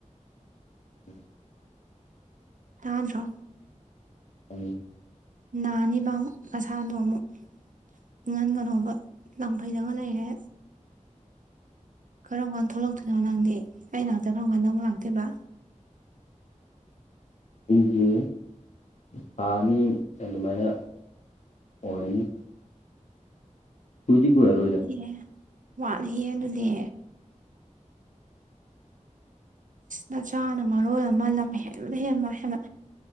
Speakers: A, on the left (about 65°); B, on the right (about 80°).
A: ꯎꯝ
B: ꯇꯥꯗ꯭ꯔ
A: ꯎꯝ
B: ꯥꯅꯤꯕ ꯅꯁꯥꯗꯣ ꯑꯃꯨꯛ ꯏꯪꯍꯟꯒꯅꯕ ꯂꯪꯐꯩꯗꯒ ꯂꯩꯔꯦ ꯀꯔꯝ ꯀꯥꯟꯗ ꯊꯣꯛꯂꯛꯇꯣꯏꯅꯣ ꯅꯪꯗꯤ ꯑꯩ ꯉꯍꯥꯛꯇ ꯀꯔꯝ ꯀꯥꯟꯗ ꯅꯧꯕ ꯂꯥꯛꯇꯣꯏꯕ
A: ꯑꯩꯁꯦ ꯊꯥ ꯑꯅꯤ ꯑꯗꯨꯃꯥꯏꯅ ꯑꯣꯏꯅꯤ ꯍꯨꯏꯗꯤ ꯀꯨꯌꯥꯔꯣꯏꯗ
B: ꯑꯦ ꯋꯥꯠꯂꯤꯌꯦ ꯑꯗꯨꯗꯤ ꯅꯆꯥꯅ ꯃꯔꯣꯜ ꯑꯃ ꯂꯝ ꯍꯦꯟꯕ ꯍꯦꯟꯕ ꯍꯦꯟꯅ